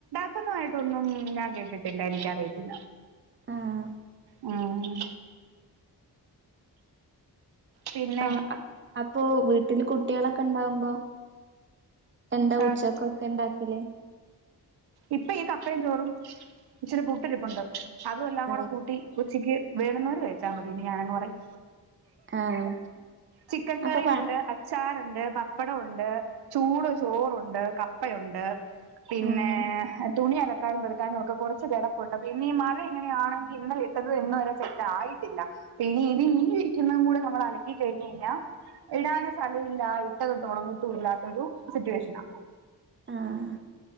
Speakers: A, on the right (about 70°); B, on the right (about 30°).
A: ക്കൊന്നായിട്ടൊന്നും ഞാൻ കേട്ടിട്ടില്ല എനിക്കറിയത്തില്ല
B: ആഹ്
A: ഉം പിന്നെ
B: ആ അപ്പൊ വീട്ടില് കുട്ടികളൊക്കെ ഇണ്ടാവുമ്പോ, എന്താ
A: ആഹ്
B: ഉച്ചക്കൊക്കെ ഉണ്ടാക്കിലു
A: ഇപ്പൊ ഈ കപ്പയും ചോറും ഇച്ചിരി പുട്ടിരിപ്പുണ്ട് അതും എല്ലാം
B: ആഹ്
A: കൂടെ കൂട്ടി ഉച്ചിക്ക് വേണുന്നവര് കഴിച്ചാൽ മതിനി ഞാനങ് പറയും
B: ആഹ്
A: ചിക്കൻ കറിയുണ്ട്
B: അപ്പൊ പ
A: അച്ചാറുണ്ട് പപ്പടംഉണ്ട് ചൂട് ചോറുണ്ട് കപ്പയുണ്ട് പിന്നെ
B: ആഹ്
A: തുണി അലക്കാനും പെറക്കാനും ഒക്കെ കുറച്ച് കിടപ്പുണ്ട് അപ്പൊ ഇനി ഈ മഴ ഇങ്ങനെയാണെങ്കിൽ ഇന്നല ഇട്ടത് തന്നെ ഇന്നൊരു സെ ആായിട്ടില്ല ഇനി ഇത് നി ഇരിക്കുന്നതും കൂടെ നമ്മൾ അലക്കിിക്കഴിഞ്ഞ കഴിഞ്ഞാൽ ഇടാനുംസ്ഥലമില്ല ഇട്ട തൊട്ടും ഉണങ്ങിട്ടും ഇല്ലാത്തൊരു സിറ്റുവേഷന
B: ആഹ